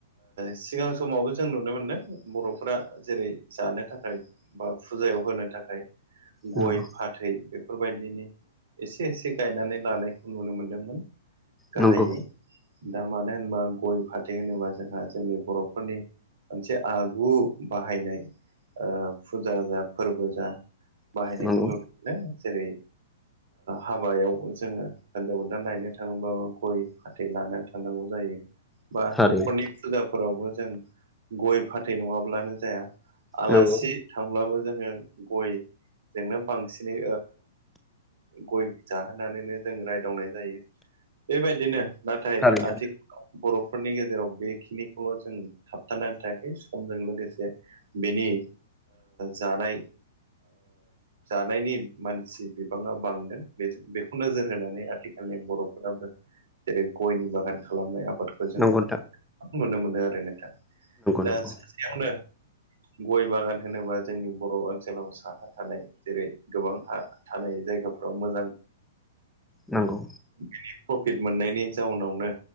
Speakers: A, on the right; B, in the centre.
A: सिगां समावबो जों नुनो मोनदों बर'फोरा जेरै जानो थाखाय बा फुजायाव होनो थाखाय गय
B: नंगौ
A: फाथै बेफोरबायदिनि एसे एसे गायनानै लानायखौ नुनो मोनदोंमोन गाहायै
B: नंगौ
A: दा मानो होनोबा गय फाथै होनोबा जोंहा जोंनि बर'फोरनि मोनसे आगु बाहायनाय फुजा जा फोरबो जा बाहायनायखौ
B: नंगौ
A: नुयो जेरै हाबायाव जोङो हिनजाव गोदान लायनो थाङोबाबो गय फाथै लानानै थांनांगौ जायो बा
B: थारैनो
A: न'खरनि फुजाफोरावबो जों गय फाथै नङाब्लानो जाया आलासि
B: नंगौ
A: थांब्लाबो जोङो गयजोंनो बांसिनै गय जाहोनानैनो जों रायदावनाय जायो बेबायदिनो नाथाय
B: थारैनो
A: आथिखालाव बर'फोरनि गेजेराव बेखिनिखौल' जों थाबथानानै थायाखै समजों लोगोसे बेनि जानाय जानायनि मानसि बिबाङा बांदों बे बेखौ नोजोर होनानै आथिखालनि बर'फोराबो जेरै गयनि बागान खालामनाय आबादखौ जों
B: नंगौ
A: गोबां नुनो मोनो आरो नोंथां दा
B: नोंथां
A: सानसेयावनो गय बागान होनोबा जोंनि बर' ओनसोलाव साहा थानाय जेरै गोबां हा थानाय जायगाफ्राव मोजां
B: नंगौ
A: बिनि प्रफिट मोननायनि जाउनावनो